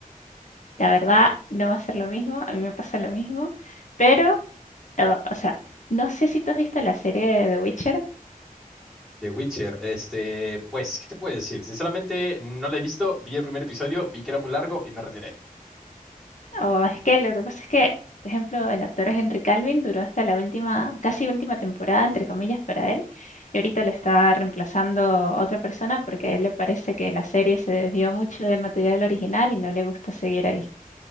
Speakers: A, on the left; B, in the centre.
A: La verdad, no va a ser lo mismo, a mí me pasa lo mismo, pero, o, o sea, no sé si tú has visto la serie de The Witcher.
B: The Witcher, este, pues, ¿qué te puedo decir? Sinceramente, no la he visto, vi el primer episodio, vi que era muy largo y me retiré.
A: O es que lo que pasa es que, por ejemplo, el actor Henry Calvin duró hasta la última, casi última temporada, entre comillas, para él. Y ahorita lo está reemplazando otra persona porque a él le parece que la serie se desvió mucho del material original y no le gusta seguir ahí.